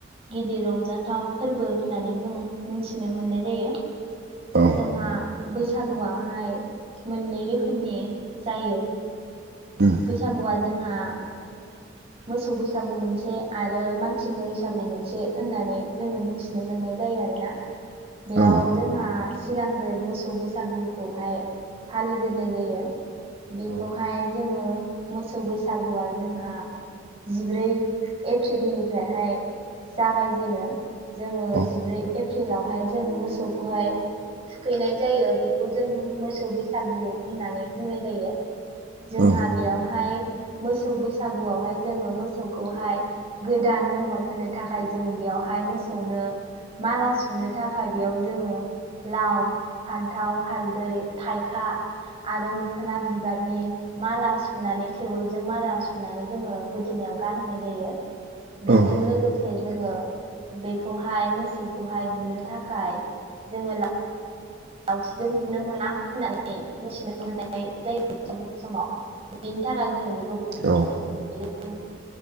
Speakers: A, on the right; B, on the right.
A: गिदिर रंजाथाव फोरबो होननानै जों मिथिनो मोननाय जायो
B: औ
A: जोंहा बैसागुआहाय मोननै रोखोमनि जायो
B: उम
A: बैसागुआ जोंहा
B: <inaudible>
A: मोसौ बैसागु मोनसे आरो मानसि बैसागु मोनसे होननानै जोङो मिथिनो मोननाय जायो आरो ना बेयाव
B: औ
A: जोंहा सिगांग्रो मोसौ बैसागुखौहाय फालिग्रोनाय जायो बेखौहाय
B: औ
A: जोङो मोसौ बैसागुआ जोंहा जिब्रै एप्रिलनिफ्रायहाय जागायजेनो जोङो
B: औ
A: जिब्रै एप्रिलावहाय जों मोसौखौहाय थुखैनाय जायो बेखौ जों मोसौ बैसागु होननानै बुंनाय जायो जोंहा
B: औ
A: बेयावहाय मोसौ बैसा गुआवहाय जोङो मोसौखौहाय गोदान महर होनो थाखाय जोङो बेयावहाय मोसौनो माला सुनो थाखाय बेयाव जोङो लाव फान्थाव हालदै थाइखा आरो मोखोना बिबारनि माला सुनानै टेवोलजों माला सु नानै जोङो गोदोनायाव गानहोनाय जायो
B: औ
A: बेजों लोगोसे जोङो बेखौहाय मोसौखौहाय बुनो थाखाय जोङो लावथिजों बुनो मोना होननानै मिथिनो मोननाय जायो सम समाव बिनि थाखाय जोङो बे
B: औ
A: <unintelligible>